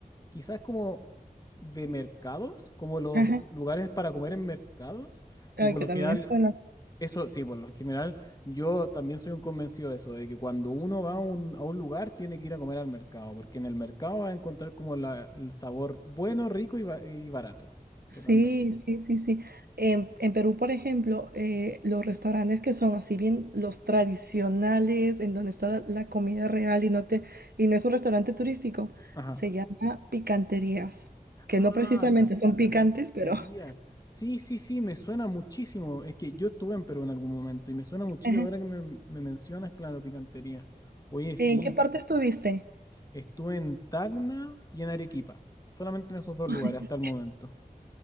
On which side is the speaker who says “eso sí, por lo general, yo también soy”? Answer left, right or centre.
Left